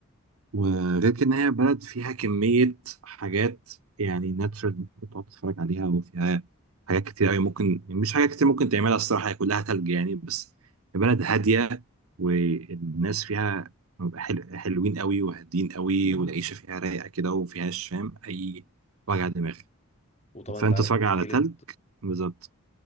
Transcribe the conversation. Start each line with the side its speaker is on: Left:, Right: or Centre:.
Right: وغير كده ان هي بلد فيها كمية حاجات يعني ناتشورال ممكن تقعد تتفرج عليها وفيها حاجات كتير قوي ممكن يعني مش حاجات كتير ممكن تعملها الصراحة هي كلها تلج يعني بس بلد هادية والناس فيها بيبقى حل... حلوين قوي وهادين قوي والعيشة فيها رايقة كده ومفيهاش فاهم أي وجع دماغ
Left: وطبعا انت
Right: فأنت
Left: عارف
Right: تتفرج
Left: مشكلة
Right: على تلج بالظبط